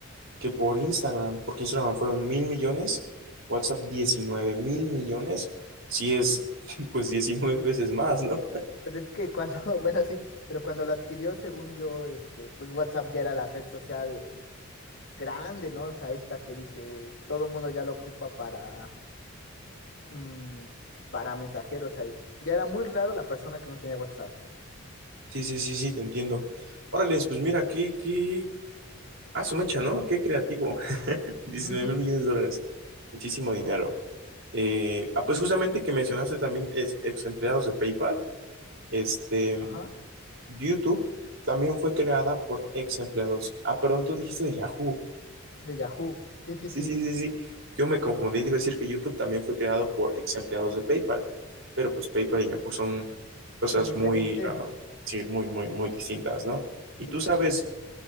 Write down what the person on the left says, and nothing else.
Pero es que cuando, <laughs> bueno, sí, pero cuando lo adquirió, según yo, este, pues WhatsApp ya era la red social grande, ¿no? O sea, esta que dices, todo el mundo ya lo ocupa para, mm, para mensajeros, o sea, ya era muy raro la persona que no tenía WhatsApp.
<laughs>
Ajá.
De Yahoo. Sí, sí,
sí.
Son diferentes.
<laughs>
Sí,
totalmente.